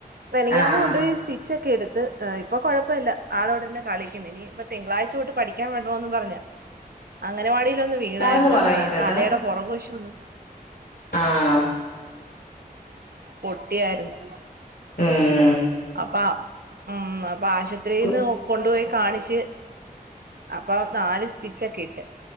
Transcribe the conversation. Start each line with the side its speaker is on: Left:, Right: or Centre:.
Right: മിനിഞ്ഞാന്ന്
Left: ആഹ്
Right: കൊണ്ടോയി സ്റ്റിച്ചോക്കെ എട്ത്ത് ഇപ്പൊ കൊഴപ്പല്ല ആള് ഇവടെ ഇരുന്ന് കളിക്ക്ന്ന് ഇനി തിങ്കളാഴ്ച്ച തൊട്ട് പഠിക്കാൻ വിടണോന്ന് പറഞ്ഞാ അങ്കനവാടിലൊന്ന് വീണായിരുന്നു
Left: വർത്താനൊന്ന് പറയണം
Right: അപ്പഴേ
Left: കേട്ടോ
Right: തലേടെ പൊറക് വശൊന്ന്
Left: ആഹ്
Right: പൊട്ടിയായിര്ന്ന്
Left: ഏഹ്
Right: അപ്പ ഉം അപ്പൊ ആശുപത്രീന്ന്
Left: കു
Right: കൊണ്ടുപോയി കാണിച്ച് അപ്പൊ നാല് സ്റ്റിച്ചോക്കെ ഇട്ട്